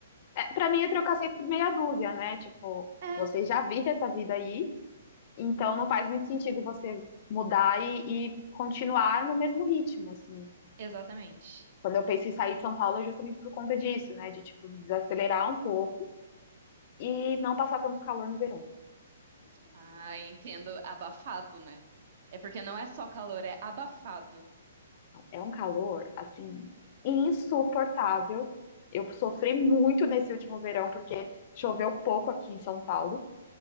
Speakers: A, on the left; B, on the right.
A: É, para mim é trocar seis por meia dúzia, né? Tipo,
B: É.
A: você já vive essa vida aí, então não faz muito sentido você mudar e, e continuar no mesmo ritmo, assim.
B: Exatamente.
A: Quando eu penso em sair de São Paulo é justamente por conta disso, né? De, tipo, desacelerar um pouco e não passar tanto calor no verão.
B: Ah, entendo. Abafado, né? É porque não é só calor, é abafado.
A: É um calor, assim, insuportável. Eu sofri muito nesse último verão, porque choveu pouco aqui em São Paulo.